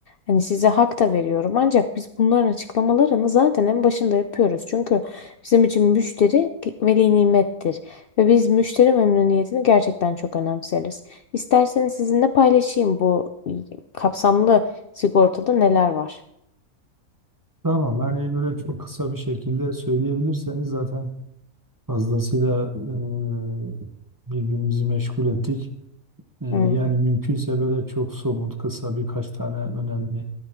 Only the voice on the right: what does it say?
Tamam yani böyle çok kısa bir şekilde söyleyebilirseniz zaten fazlasıyla e, birbirimizi meşgul ettik. E, Yani
mümkünse böyle çok somut, kısa birkaç tane önemli